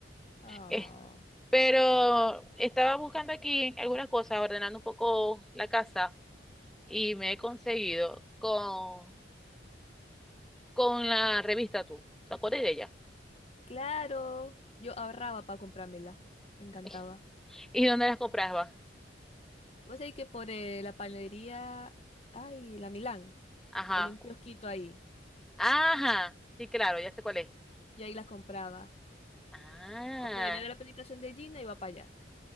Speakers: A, on the left; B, in the centre.
A: Ah,
B: Es- pero estaba buscando aquí algunas cosas, ordenando un poco la casa y me he conseguido con, con la revista Tú. ¿Te acuerdas de ella?
A: claro. Yo ahorraba para comprármela. Me encantaba.
B: <laughs> ¿Y dónde las comprabas?
A: Vos sabés que por eh, la panadería, ay, la Milán,
B: Ajá.
A: hay un kiosquito ahí.
B: Ajá. Sí, claro, ya sé cuál es.
A: Y ahí las compraba.
B: Ah.
A: Cuando venía de la predicación de Gina, iba para allá.